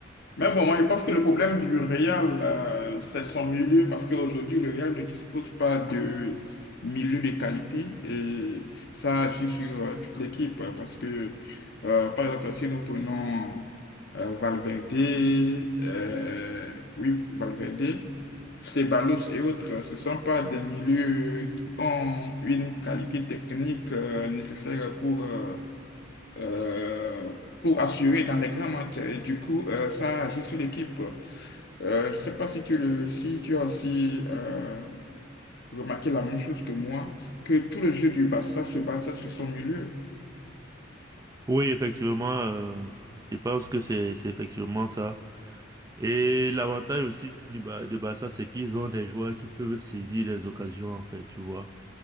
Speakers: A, on the left; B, on the right.
A: Mais bon, moi, je pense que le problème du Real, euh, c'est son milieu, parce qu'aujourd'hui, le Real ne dispose pas de milieu de qualité et ça agit sur euh, toute l'équipe. euh, Parce que, euh, par exemple, si nous prenons euh, Valverde, euh, oui, Valverde, Ceballos et autres, ce ne sont pas des milieux qui ont une qualité technique euh, nécessaire pour euh, euh, pour assurer dans les grands matchs. Et du coup, euh, ça agit sur l'équipe. Euh, je ne sais pas si tu, le, si tu as aussi euh, remarqué la même chose que moi, que tout le jeu du Barça se base sur son milieu.
B: Oui, effectivement, euh, je pense que c'est c'est effectivement ça. Et l'avantage aussi du Ba- de Barça, c'est qu'ils ont des joueurs qui peuvent saisir les occasions, en fait, tu vois.